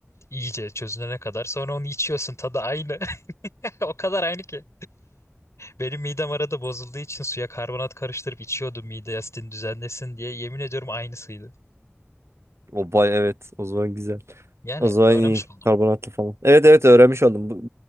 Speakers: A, on the left (about 75°); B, on the right (about 65°).
A: İyice çözünene kadar. Sonra onu içiyorsun. Tadı aynı. <laughs> O kadar aynı ki. Benim midem arada bozulduğu için suya karbonat karıştırıp içiyordum mide asitini düzenlesin diye. Yemin ediyorum aynısıydı.
B: O bay evet. O zaman güzel.
A: Yani
B: O zaman
A: öğrenmiş
B: iyi.
A: oldum.
B: Karbonatlı falan. Evet evet öğrenmiş oldum. Bu,